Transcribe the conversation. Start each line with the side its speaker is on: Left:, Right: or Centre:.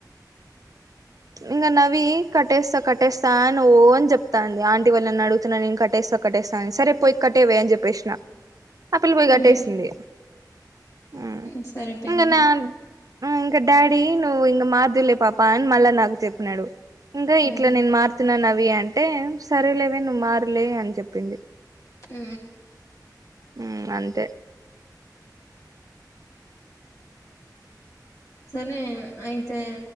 Right: ఇంగ నవి కట్టేస్తా కట్టేస్తా అని ఓ అని చెప్తాంది. ఆంటి వాళ్ళని అడుగుతున్న నేను కట్టేస్తా కట్టేస్త అని సరే పోయి కట్టేయ్ వే అన్ చెప్పేస్నా ఆ పిల్ల పోయ్
Left: ఉమ్
Right: కట్టేసింది ఉ
Left: ఉమ్, సరిపోయింది
Right: ఇంగ నా ఉ ఇంక డాడీ నువ్ ఇంగ మార్ధులే పాప అని మళ్ళ నాకు చెప్పినాడు. ఇంగా
Left: ఉమ్
Right: ఇట్ల నేన్ మారుతున్నా నవి అంటే సరేలేవే నువ్ మారలే అని చెప్పింది.
Left: ఉ
Right: ఉ అంతే
Left: సరే అయితే